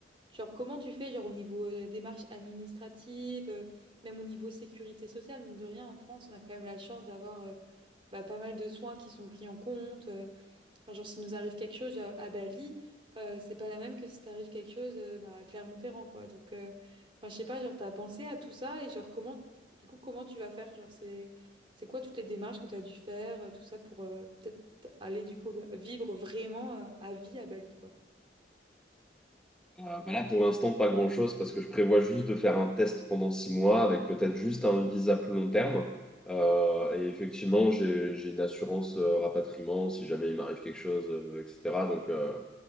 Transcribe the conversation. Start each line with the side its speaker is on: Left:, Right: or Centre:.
Right: genre, comment tu fais, genre, au niveau euh, des démarches administratives, euh, même au niveau sécurité sociale, mine de rien, en France, on a quand même la chance d'avoir euh, bah, pas mal de soins qui sont pris en compte. euh, Enfin, genre, s'il nous arrive quelque chose à, à Bali, euh, c'est pas la même que si t'arrive quelque chose euh, bah, à Clermont-Ferrand, quoi. Donc, euh, enfin, je sais pas, genre, t'as pensé à tout ça et genre, comment, du coup, comment tu vas faire? Genre, c'est, c'est quoi toutes les démarches que t'as dû faire, euh, tout ça, pour euh, peut-être aller, du coup, vivre vraiment euh, à vie à Bali, quoi.
Centre: Euh, bah là, pour l'instant, pas grand-chose parce que je prévois juste de faire un test pendant six mois avec peut-être juste un visa plus long terme. Euh, et effectivement, j'ai, j'ai une assurance euh, rapatriement si jamais il m'arrive quelque chose, euh, etc. Donc, euh,